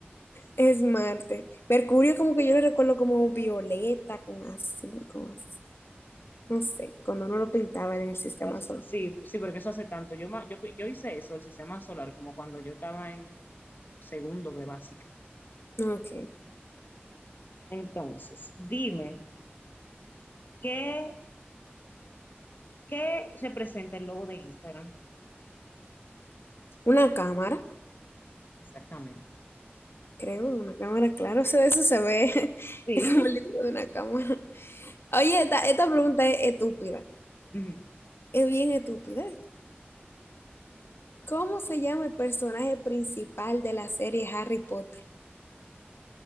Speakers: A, on the left; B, on the left.
A: es Marte. Mercurio como que yo lo recuerdo como violeta, con azul, con azul. no sé, cuando no lo pintaban en el sistema
B: Oh, sí,
A: solar.
B: sí, sí, porque eso hace tanto. Yo, ma- yo, yo hice eso, el sistema solar, como cuando yo estaba en segundo de básica.
A: Ok.
B: Entonces, dime, ¿qué, qué representa el logo de Instagram?
A: Una cámara,
B: Exactamente.
A: creo, una cámara, claro, <laughs> eso eso se ve, <laughs>
B: Sí.
A: es como el libro de una cámara. Oye, esta, esta pregunta es estúpida,
B: <laughs> Ujú.
A: es bien estúpida. ¿Cómo se llama el personaje principal de la serie Harry Potter?